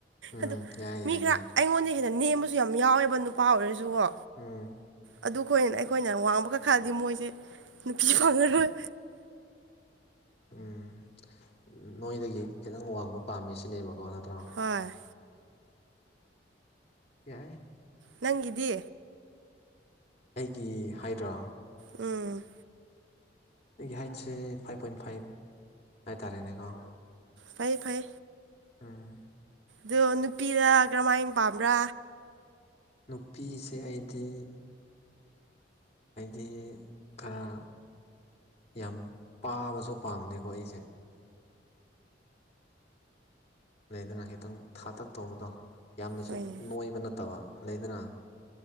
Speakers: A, on the left; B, on the right.
A: ꯎꯝ
B: ꯑꯗꯨ
A: ꯌꯥꯏ
B: ꯃꯤ
A: ꯌꯥꯏ
B: ꯈꯔ
A: ꯌꯥꯏ
B: ꯑꯩꯉꯣꯟꯗꯩꯩ ꯍꯦꯟꯅ ꯅꯦꯝꯕꯁꯨ ꯌꯥꯝ ꯌꯥꯎꯋꯦꯕ ꯅꯨꯄꯥ ꯑꯣꯏꯔꯁꯨꯀꯣ
A: ꯎꯝ
B: ꯑꯗꯨ ꯈꯣꯏ ꯑꯩꯈꯣꯏꯅ ꯋꯥꯡꯕꯒ ꯈꯥꯗꯤ ꯃꯣꯏꯁꯦ ꯅꯨꯄꯤ ꯐꯪꯉꯔꯣꯏ
A: ꯎꯝ ꯅꯣꯏꯗꯒꯤ ꯈꯤꯇꯪ ꯋꯥꯡꯕ ꯄꯥꯝꯃꯤ ꯁꯤꯅꯦꯕꯀꯣ ꯅꯠꯇ꯭ꯔꯣ
B: ꯍꯣꯏ
A: ꯌꯥꯏ
B: ꯅꯪꯒꯤꯗꯤ
A: ꯑꯩꯒꯤ ꯍꯥꯏꯠꯔꯣ
B: ꯎꯝ
A: ꯑꯩꯒꯤ ꯍꯥꯏꯠꯁꯦ ꯐꯥꯏꯚ ꯄꯣꯏꯟ ꯐꯥꯏꯕ ꯍꯥꯏꯇꯥꯔꯦꯅꯦꯀꯣ
B: ꯐꯩ ꯐꯩ
A: ꯎꯝ
B: ꯑꯗꯣ ꯅꯨꯄꯤ ꯀꯔꯝꯍꯥꯏꯅ ꯄꯥꯝꯕ꯭ꯔꯥ
A: ꯅꯨꯄꯤꯁꯦ ꯑꯩꯗꯤ ꯑꯩꯗꯤ ꯈꯔ ꯌꯥꯝ ꯄꯥꯕꯁꯨ ꯄꯥꯝꯗꯦꯀꯣ ꯑꯩꯁꯦ ꯂꯩꯗꯅ ꯈꯤꯇꯪ ꯊꯥꯇꯛ ꯇꯧꯕꯗꯣ ꯌꯥꯝꯅꯁꯨ
B: ꯍꯣꯏꯅꯦ
A: ꯅꯣꯏꯕ ꯅꯠꯇꯕ ꯂꯩꯗꯅ